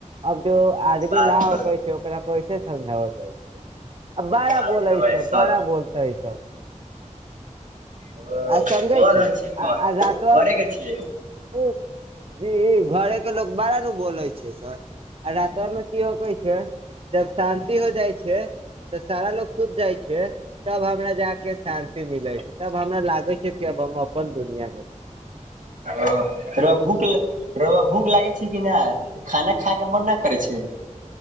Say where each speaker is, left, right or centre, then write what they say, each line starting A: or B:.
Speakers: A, on the right; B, on the right.
A: अब जो आदमी
B: बात
A: न होखै
B: करबै
A: छै ओकरा कैसे समझाओल जाइ छै आ बारा
B: बात
A: बोलै
B: करबै
A: छै
B: सब
A: बारा बोलतेै इ सब
B: ओ
A: आ समझै
B: कोन
A: छी
B: कोन
A: आ आ रातो
B: घरे के छियै
A: ओ <inaudible> जी ई घरे के लोक बारा नु बोलै छै सर आ रातबा मे की होखै छै जब शान्ति हो जाइ छै तऽ सारा लोग सुत जाइ छै तब हमरा जाके शांति मिलै छै तब हमरा लागै छै कि अब हम अपन दुनियांमे
B: ओ रऊआ भूख रऊआ भूख लागै छै कि नहि खाना खायके मन न करै छै